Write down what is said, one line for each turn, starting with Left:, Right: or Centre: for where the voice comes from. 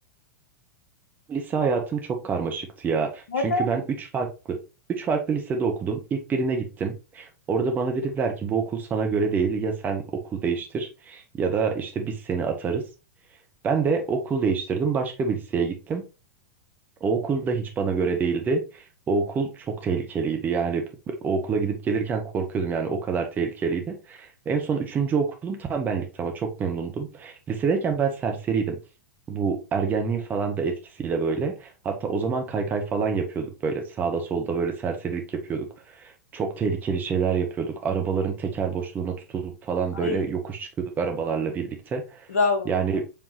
Right: Lise hayatım çok karmaşıktı ya.
Left: Neden?
Right: Çünkü ben üç farklı üç farklı lisede okudum. İlk birine gittim. Orada bana dediler ki bu okul sana göre değil. Ya sen okul değiştir ya da işte biz seni atarız. Ben de okul değiştirdim. Başka bir liseye gittim. O okul da hiç bana göre değildi. O okul çok tehlikeliydi. Yani o okula gidip gelirken korkuyordum yani o kadar tehlikeliydi. En son üçüncü okulum tam benlikti ama çok memnundum. Lisedeyken ben serseriydim. Bu ergenliğin falan da etkisiyle böyle. Hatta o zaman kaykay falan yapıyorduk böyle. Sağda solda böyle serserilik yapıyorduk. Çok tehlikeli şeyler yapıyorduk. Arabaların teker boşluğuna tutulup falan böyle
Left: Ay
Right: yokuş çıkıyorduk arabalarla birlikte.
Left: bravo.
Right: Yani